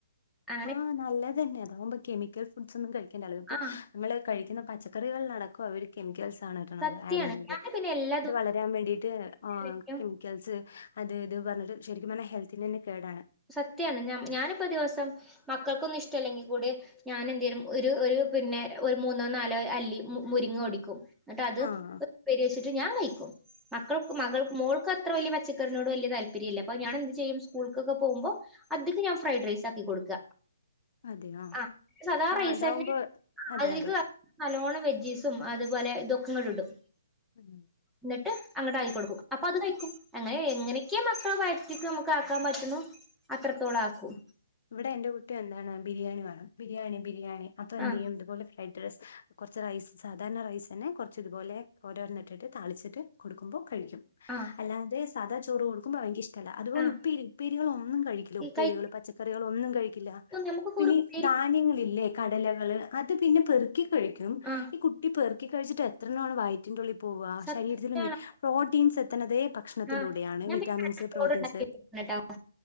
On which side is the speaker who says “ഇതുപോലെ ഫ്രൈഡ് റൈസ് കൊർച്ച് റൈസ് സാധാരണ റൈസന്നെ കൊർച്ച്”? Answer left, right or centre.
Left